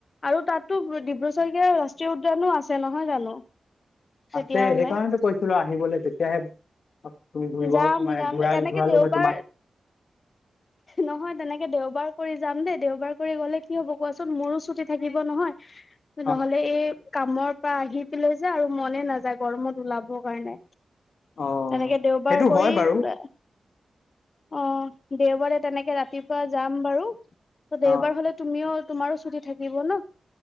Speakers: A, on the left; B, on the left.
A: আৰু তাতো ডিব্ৰুচৈখোৱা ৰাষ্ট্ৰীয় উদ্যানো আছে নহয় জানো? তেতিয়াহলে
B: আছে সেইকাৰণেতো কৈছিলো আহিবলে তেতিয়াহে - তুমি ঘুৰিবাও
A: যাম
B: মানে
A: যাম
B: ঘূৰা
A: তেনেকে
B: ঘূৰালো
A: দেওবাৰ
B: হয় তোমাক।
A: নহয় তেনেকে দেওবাৰ কৰি যাম দেই দেওবাৰ কৰি গলে কি হব কোৱাচোন মোৰো ছুটি থাকিব নহয়।
B: <inaudible>
A: নহ'লে এ - কামৰ পৰা আহি পেলাই যে আৰু মনে নাযায় গৰমত ওলাব কাৰণে।
B: অ
A: তেনেকে- দেওবাৰ
B: সেইটো
A: কৰি
B: হয় বাৰু
A: - অ দেওবাৰে তেনেকে ৰাতিপুৱা যাম বাৰু, দেওবাৰ
B: অ
A: হলে - তুমিও তোমাৰো ছুটি থাকিব ন।